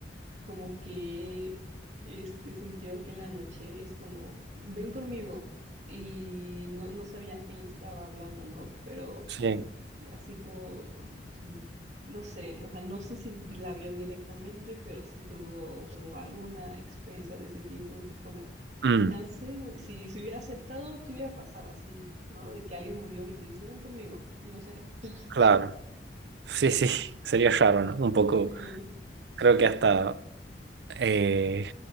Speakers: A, on the right (about 40°); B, on the right (about 65°).
A: como que, este, sintió que en la noche es como, ven conmigo, y no, no sabía a quién le estaba hablando, ¿no? Pero
B: sí.
A: así como, de- no sé, o sea, no sé si la vio directamente, pero sí tuvo como alguna experiencia de ese tipo, y fue como,
B: Mm,
A: chance, si se hubiera aceptado, ¿qué hubiera pasado? Así, ¿no? De que alguien murió y te dice, ven conmigo, no sé. <laughs>
B: claro. Sí, sí, <laughs> sería raro, ¿no? Un poco,
A: Sí,
B: creo que hasta eh,